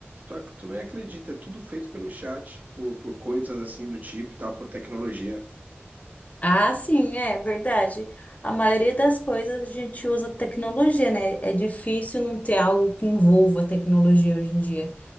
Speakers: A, on the right; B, on the left.
A: tu, tu não acredita, é tudo feito pelo chat, por, por coisas assim do tipo, e tal, por tecnologia.
B: Ah, sim, é verdade. A maioria das coisas a gente usa tecnologia, né? É difícil não ter algo que envolva tecnologia hoje em dia.